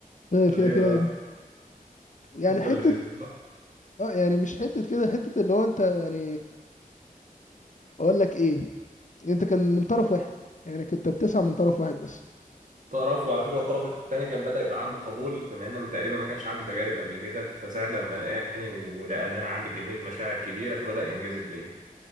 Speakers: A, on the left (about 55°); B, on the right (about 60°).
A: فيها
B: ليه
A: فيها فيها
B: بقى
A: يعني
B: انت
A: حتة
B: اللي سبت
A: اه يعني مش حتة كده حتة اللي هو انت يعني اقول لك ايه انت كان من طرف واحد يعني كنت بتسعى من طرف واحد بس
B: طرف وعلى فكره الطرف الثاني كان بدأ يبقى عنده قبول بما ان تقريبا ما كانش عنده تجارب قبل كده فساعة لما لقاني ولقى ان انا عندي كميه مشاعر كبيره فبدأ ينجذب لي